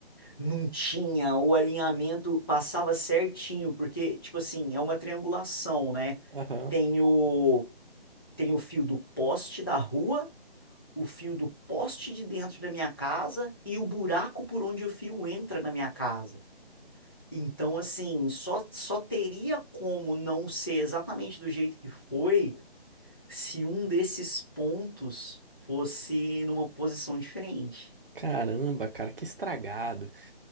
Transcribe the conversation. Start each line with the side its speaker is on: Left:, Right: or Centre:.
Left: Não tinha, o alinhamento passava certinho, porque, tipo assim, é uma triangulação, né?
Right: Aham.
Left: Tem o, tem o fio do poste da rua, o fio do poste de dentro da minha casa e o buraco por onde o fio entra na minha casa. Então, assim, só, só teria como não ser exatamente do jeito que foi se um desses pontos fosse numa posição diferente.
Right: Caramba, cara, que estragado.